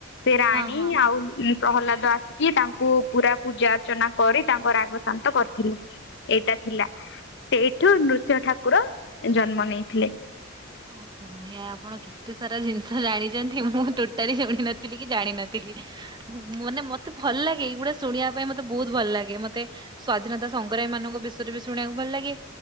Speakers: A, on the left; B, on the right.
A: ସେ ରାଣୀ
B: ହଁ ହଁ ହଁ।
A: ଆଉ ପ୍ରହଲ୍ଲାଦ ଆସିକି ତାଙ୍କୁ ପୁରା ପୂଜା ଅର୍ଚ୍ଚନା କରି ତାଙ୍କ ରାଗ ଶାନ୍ତ କରିଥିଲେ। ଏଇଟା ଥିଲା ସେଇଠୁ ନୃସିଂହ ଠାକୁର ଜନ୍ମ ନେଇଥିଲେ।
B: ଆ ବଢିଆ ଆପଣ କେ ଏତେ ସାରା ଜିନିଷ ଜାଣିଛନ୍ତି ମୁଁ ଟୋଟାଲି ସୁଣିନଥିଲି କି ଜାଣିନଥିଲି। ମୁଁ ନା ମ ତେ ଭଲ ଲାଗେ ଏଗୁଡା ଶୁଣିବା ପାଇଁ ମତେ ବହୁତ ଭଲ ଲାଗେ। ମତେ ସ୍ଵାଧୀନତା ସଂଗ୍ରାମୀ ମାନଙ୍କ ବିଷୟରେ ବି ଶୁଣିବାକୁ ଭଲ ଲାଗେ।